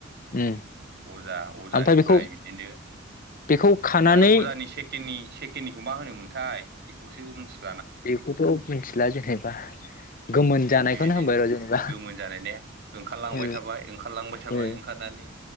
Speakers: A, on the left; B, on the right.
A: उम
B: अजा अजानिफ्राय
A: ओमफ्राय बेखौ
B: बिदिनो
A: बेखौ खानानै
B: ओमफ्राय अजानि सेकेडनि सेकेडनिखौ मा होनोमोनथाय बेखौसो मिथि‌
A: बेखौथ' मिथिला जेनेबा। गोमोन जानायखौनो
B: बेबायदि
A: होनबाय र' जेनेबा
B: गोमोन जानायनै ओंखारलांबाय
A: ओ
B: थाबाय ओंखारलांबाय थाबाय
A: ओ
B: ओंखार नानै